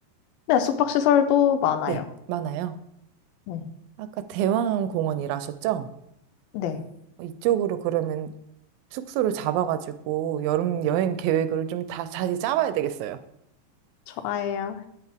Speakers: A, on the left; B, on the right.
A: 네, 숙박시설도 많아요.
B: 네, 많아요.
A: 네,
B: 아까 대왕공원이라 하셨죠?
A: 네,
B: 이쪽으로 그러면 숙소를 잡아가지고 여름 여행 계획을 좀 다 자세히 짜봐야 되겠어요.
A: 좋아요.